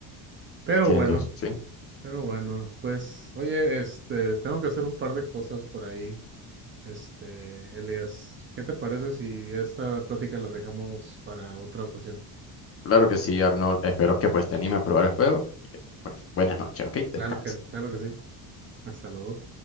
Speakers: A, on the right; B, on the left.
A: Pero
B: Entiendo,
A: bueno.
B: sí.
A: Pero bueno, pues, oye, este, tengo que hacer un par de cosas por ahí. Este, Elias, ¿qué te parece si esta plática la dejamos para otra ocasión?
B: Claro que sí, Arnold. Espero que pues te anime a probar el juego y que pues buenas noches, ¿ok? Descansa.
A: Claro que, claro que sí. Hasta luego.